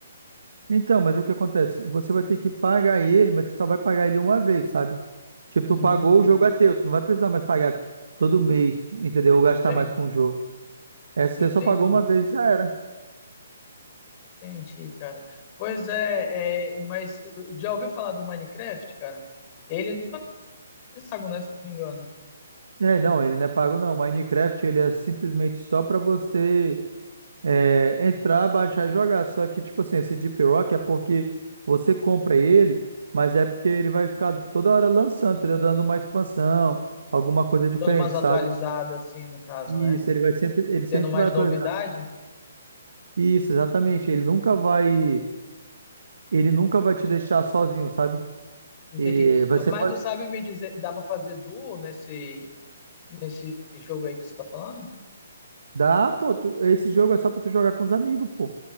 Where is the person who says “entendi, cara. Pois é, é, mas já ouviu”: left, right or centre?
Left